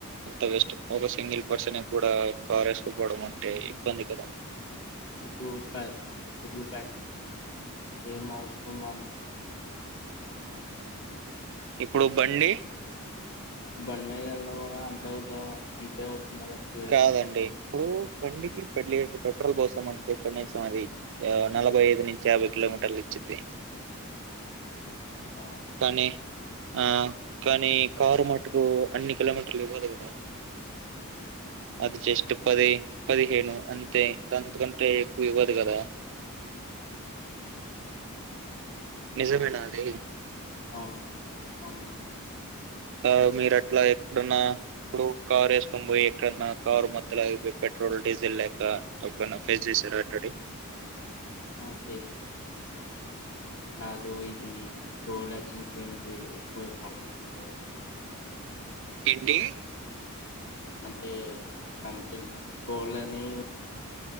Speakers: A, on the right; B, on the left.
A: అంత వేస్ట్ ఒక్క సింగిల్ పర్సన్ కూడా కారేసుకపోవడం అంటే ఇబ్బంది కదా
B: ఉప్పు ఉప్పు ప ఏమవుతున్నా
A: ఇప్పుడు బండి
B: బంమద ఎ అంతేవుతు అంతే కదా!
A: కాదండి ఇప్పుడు బండికి పెడ్ లీటర్ పెట్రోల్ పోసాం అంటే కనీసం అది నలభై ఐదు నుంచి యాభై కిలోమీటర్లు ఇచ్చిది.
B: ఆ
A: కానీ ఆ కానీ కారు మట్టుకు అన్ని కిలోమీటర్లు ఇవ్వదు గదా అది జస్ట్ పది పదిహేను అంతే అంతకంటే ఎక్కువ ఇవ్వదు గదా నిజమేనాది
B: అవునండి అవునండి
A: ఆ మీరు అట్లా ఎప్పుడన్నా ఇప్పుడు కార్ వేసుకొని పోయి ఎక్కడన్నా కారు మధ్యలో అగిపోయి పెట్రోల్ డీజిల్ లేక ఎప్పుడైనా ఫేస్ చేశారా అట్టడి.
B: ఓకే నాతో ఇది టోల్జెన్సిడెట్ చాలా చేసారు
A: ఏంటి
B: అంటే కంపెనీ తోలని